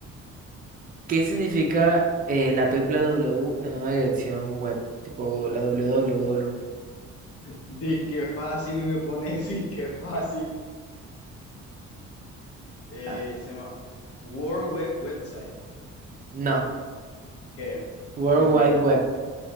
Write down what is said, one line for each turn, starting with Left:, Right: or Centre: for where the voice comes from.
Right: ¿Qué significa eh, la triple W en una dirección web? Tipo la www.
Left: <laughs> qué fácil, y me pones, sí, qué fácil. Eh,
Right: Ah,
Left: se llama World Web Website.
Right: no,
Left: ¿Qué?
Right: World
Left: ¿Qué significa?
Right: Wide Web.